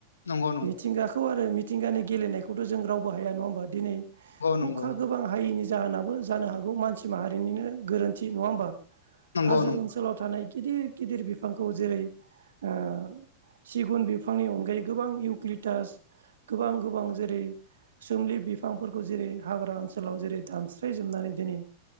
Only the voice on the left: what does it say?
नंगौ
नंगौ
नंगौ
नंगौ